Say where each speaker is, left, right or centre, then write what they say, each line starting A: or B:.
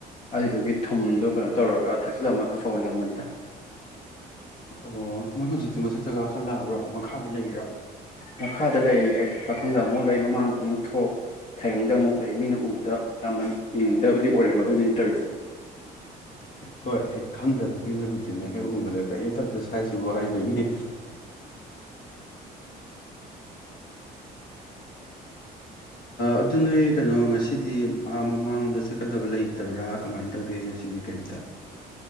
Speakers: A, on the left; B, on the left.
A: ꯑꯗꯨꯗꯨꯒꯤ ꯊꯨꯝꯗꯣ ꯀꯩꯅꯣ ꯇꯧꯔꯒ ꯊꯥꯛꯆꯤꯜꯂꯝꯃꯒ ꯁꯧꯍꯜꯂꯝꯕꯅꯤꯗ
B: ꯑꯣ ꯅꯪ ꯍꯧꯖꯤꯛꯇꯤ ꯃꯊꯛꯇ ꯀꯥꯈꯠꯂꯛꯑꯕ꯭ꯔꯥ ꯃꯈꯥꯗ ꯂꯩꯔꯥ
A: ꯃꯈꯥꯗ ꯂꯩꯌꯦ ꯆꯥꯈꯨꯝꯗ ꯑꯃꯨꯛ ꯂꯩ ꯃꯃꯥꯡꯗ ꯑꯃꯨꯛ ꯊꯣꯛ ꯁꯥꯏꯒꯪꯗ ꯑꯃꯨꯛ ꯂꯩ ꯃꯤꯅ ꯎꯕꯗ ꯌꯥꯝꯅ ꯌꯦꯡꯅꯤꯡꯗꯕꯗꯤ ꯑꯣꯏꯔꯝꯅꯦ ꯑꯗꯨꯅꯦ ꯑꯩꯅ ꯇꯧꯔꯤꯁꯦ
B: ꯍꯣꯏ ꯍꯦꯛ ꯈꯪꯗꯕ ꯃꯤꯅꯕꯨꯗꯤꯅꯦ ꯍꯦꯛ ꯎꯕꯗ ꯀꯔꯤꯝ ꯇꯧ ꯆꯥꯏꯁꯤꯕ ꯍꯥꯏꯗꯣꯏꯅꯤ ꯑꯗꯨ ꯅꯣꯏ ꯀꯩꯅꯣ ꯉꯁꯤꯗꯤ ꯃꯃꯥꯡꯂꯣꯝꯗ ꯆꯠꯀꯗꯕ ꯂꯩꯇꯕ꯭ꯔꯥ ꯀꯃꯥꯏꯅ ꯇꯧꯒꯦ ꯉꯁꯤꯗꯤ ꯀꯩꯝꯇ